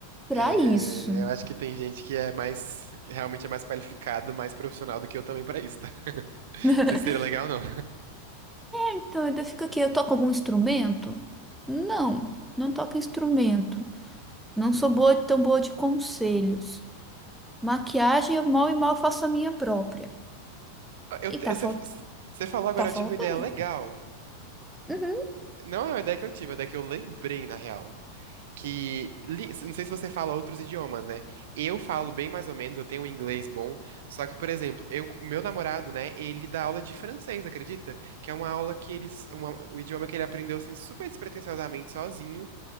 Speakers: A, in the centre; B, on the right.
A: para
B: É,
A: isso.
B: eu acho que tem gente que é mais, realmente é mais qualificado, mais profissional do que eu também pra isso, tá? <laughs>
A: <laughs>
B: Vocês seria legal ou não?
A: Então, ainda fica aqui, eu toco algum instrumento? Não, não toco instrumento. Não sou boa, tão boa de conselhos. Maquiagem, eu mal e mal faço a minha própria.
B: Eu, te-
A: E tá,
B: você,
A: fal-
B: você falou agora,
A: tá faltando.
B: eu tive uma ideia legal.
A: Uhum.
B: Não é uma ideia que eu tive, é uma ideia que eu lembrei, na real. que li- não sei se você fala outros idiomas, né? Eu falo bem mais ou menos, eu tenho um inglês bom, só que, por exemplo, eu, o meu namorado, né, ele dá aula de francês, acredita? Que é uma aula que ele, uma, um idioma que ele aprendeu assim super despretensiosamente sozinho,